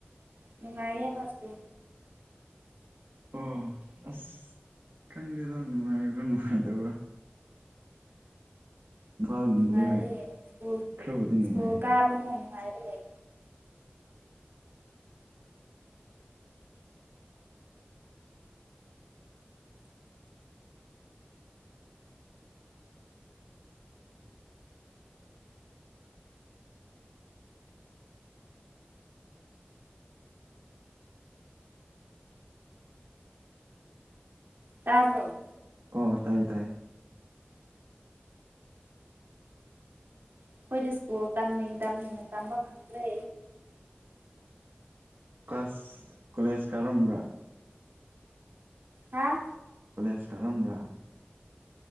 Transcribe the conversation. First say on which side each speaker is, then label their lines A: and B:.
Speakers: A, on the right (about 70°); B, on the right (about 80°).
A: ꯅꯨꯡꯉꯥꯏꯌꯦꯦꯕ ꯁ
B: ꯑꯣ ꯑꯁ ꯈꯪꯗꯦꯗ ꯅꯨꯡꯉꯥꯏꯕ꯭ꯔꯥ ꯅꯨꯡꯉꯥꯏꯗꯧꯕ꯭ꯔꯥ ꯏꯝꯐꯥꯜꯗꯤ
A: ꯅꯨꯡꯉꯥꯏꯔꯦ
B: ꯍꯣꯏ
A: ꯁ꯭ꯀꯨꯜ
B: ꯈꯔꯕꯨꯗꯤ ꯅꯨꯡꯉꯥꯏꯌꯦ
A: ꯁ꯭ꯀꯨꯜ ꯀꯥꯕ ꯃꯨꯛ ꯅꯨꯡꯉꯥꯏꯔ ꯂꯩ ꯇꯥꯕ꯭ꯔꯣ
B: ꯑꯣ ꯇꯥꯏꯌꯦ ꯇꯥꯏꯌꯦ
A: ꯑꯩꯈꯣꯏꯗꯤ ꯁ꯭ꯀꯨꯜ ꯇꯝꯅꯤꯡ ꯇꯝꯅꯤꯡꯅ ꯇꯝꯕ ꯐꯪꯗ꯭ꯔꯦ
B: ꯀ꯭ꯂꯥꯁ ꯀꯣꯂꯦꯖ ꯀꯥꯔꯝꯕ꯭ꯔꯥ
A: ꯍꯥ
B: ꯀꯣꯂꯦꯖ ꯀꯥꯔꯝꯕ꯭ꯔꯥ